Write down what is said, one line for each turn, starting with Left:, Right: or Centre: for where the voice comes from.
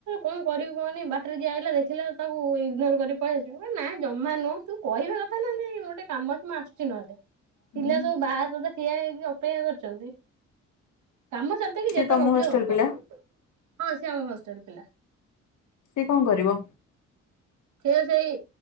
Right: କଣ କରିବୁ ମୁକୁହିନି ବାଟରେ ଯିଏଆଇଲା ଦେଖିଲେ ତାକୁ ଇଗ୍ନୋର କରି ପଳେଇ ଆସିବୁ ଏନା ଜମା ନୁହଁ ତୁ କହିବା କଥାନା ନାହିଁ ଗୋଟେ କାମ ମୁଁ ଆସିଚି ନହେଲେ
Left: ହୁଁ
Right: ପିଲା ସବୁ ବାହାରେ ତତେ ଠିଆ ହେଇକି ଅପେକ୍ଷା କରିଚନ୍ତି କାମ ସେ ସାରିଦେଇକି
Left: ସିଏ
Right: ଯେତେ
Left: ତମ
Right: ଗପୁଚୁ
Left: ହଷ୍ଟେଲ
Right: ଗପ
Left: ପିଲା
Right: ହଁ ସିଏ ଆମ ହଷ୍ଟେଲ୍ ପିଲା।
Left: ସିଏ କଣ କରିବ?
Right: ସେଏ ସେଇ